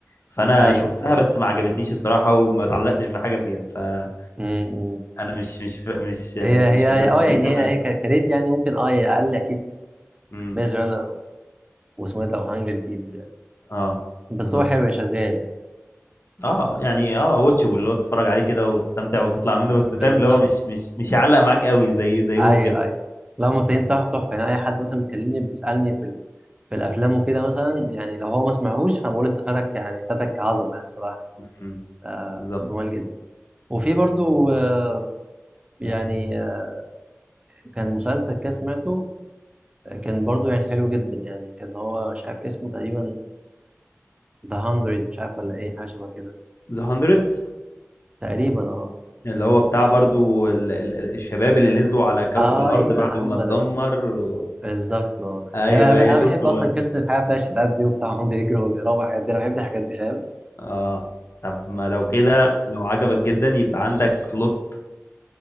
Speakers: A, on the left; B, on the right.
A: فانا
B: ايوه
A: شفتها
B: ايوه
A: بس ما عجبتنيش الصراحه وما اتعلقتش بحاجه فيها فانا
B: م- م.
A: مش مش مش
B: هي
A: مش
B: هي
A: متذكر
B: اه يعني
A: فيها
B: هي
A: حاجه
B: هي ك-
A: خالص
B: كريت يعني ممكن اه يعني اقل اكيد
A: امم
B: ميز رانر واسمه ايه ده وهانجر جيمز يعني
A: اه
B: بس
A: بالظبط
B: هو حلو شغال يعني
A: اه يعني اه واتشبل اللي هو تتفرج عليه كده وتستمتع وتطلع منه بس
B: بالظبط
A: فاهم اللي هو مش مش مش يعلق معاك قوي زي زيهم
B: ايوه
A: كده
B: ايوه لو متين صح تحفه يعني اي حد مثلا بيكلمني بيسالني في ال... في الافلام وكده مثلا يعني لو هو ما سمعهوش فبقول انت فاتك يعني فاتك عظمه يعني الصراحه
A: امم
B: آه،
A: بالظبط
B: جمال جدا وفي برضو آه، يعني آه، كان مسلسل كده سمعته آه، كان برضو يعني حلو جدا يعني كان هو مش عارف اسمه تقريبا ذا 100 مش عارف ولا ايه حاجه شبه كده
A: ذا 100
B: تقريبا
A: اللي هو بتاع برضو ال- ال- ال- الشباب اللي نزلوا على كوكب
B: اه
A: الأرض
B: ايوه
A: بعد ما
B: هم
A: اتدمر
B: دول
A: و...
B: بالظبط برضه.
A: أيوه
B: انا أنا
A: أيوه شفته
B: بحب اصلا
A: برضو
B: قصه الحياه فيها شباب دي وبتاع هم بيجروا وبيروحوا الحاجات دي انا بحب الحاجات دي فاهم
A: آه طب ما لو كده لو عجبك جدا يبقى عندك لوست